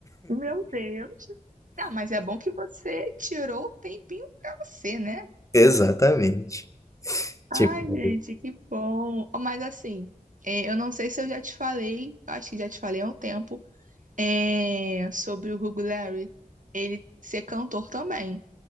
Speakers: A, on the right (about 65°); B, on the left (about 20°).
A: Meu Deus. Não, mas é bom que você tirou o tempinho pra você, né?
B: <laughs> Exatamente.
A: Ai,
B: Tipo,
A: gente, que bom. Mas assim, é, eu não sei se eu já te falei, acho que já te falei há um tempo, é, sobre o Hugo Larry. Ele ser cantor também.